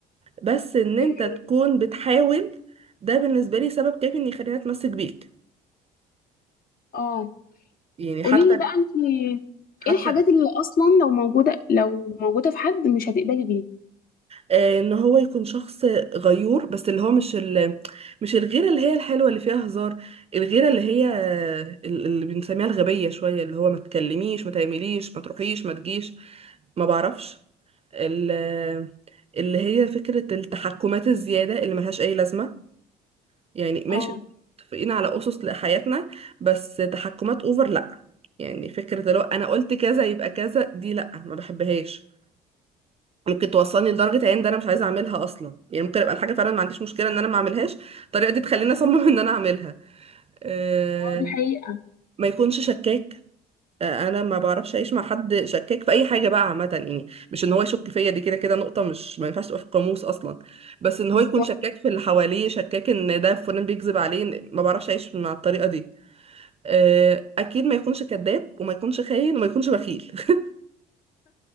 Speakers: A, on the right (about 30°); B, on the left (about 50°).
A: بس إن
B: دي
A: أنت
B: حقيقة
A: تكون بتحاول ده بالنسبة لي سبب كافي إن يخليني أتمسك بيك
B: اه
A: يعني
B: قولي
A: حتى
B: لي بقى انت
A: حتى
B: ايه الحاجات اللي اصلا لو موجودة لو موجودة في حد مش هتقبلي بيه
A: آه، ان هو يكون شخص غيور بس اللي هو مش ال... مش الغيره اللي هي الحلوه اللي فيها هزار الغيره اللي هي آه، ال- اللي بنسميها الغبيه شويه اللي هو ما تكلميش ما تعمليش ما تروحيش ما تجيش ما بعرفش ال... آه، اللي هي فكره التحكمات الزياده اللي ملهاش اي لازمه يعني ماشي
B: اه
A: متفقين على اسس لحياتنا بس تحكمات اوفر لا يعني فكره لو انا قلت كذا يبقى كذا دي لا ما بحبهاش ممكن توصلني لدرجة عين ده انا مش عايزة اعملها اصلا يعني ممكن ابقى الحاجة فعلا ما عنديش مشكلة ان انا ما اعملهاش الطريقة دي تخليني اصمم <laughs> ان انا اعملها أه
B: اه دي حقيقة
A: ما يكونش شكاك آه، انا ما بعرفش اعيش مع حد شكاك في اي حاجة بقى عامة يعني مش ان هو يشك فيا دي كده كده نقطة مش ما ينفعش تبقى في القاموس اصلا بس ان هو
B: بالظبط
A: يكون شكاك في اللي حواليه شكاك ان ده فلان بيكذب عليه ما بعرفش اعيش مع الطريقة دي آه، اكيد ما يكونش كذاب وما يكونش خاين وما يكونش بخيل <laughs>